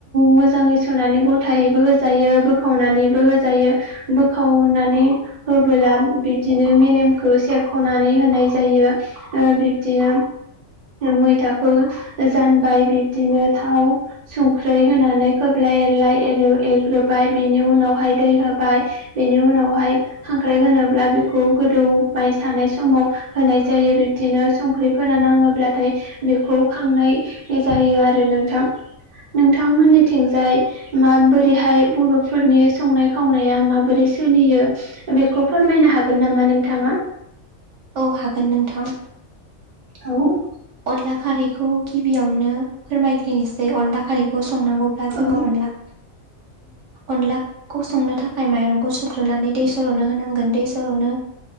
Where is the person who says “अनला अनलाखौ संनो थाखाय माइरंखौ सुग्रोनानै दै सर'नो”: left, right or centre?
Right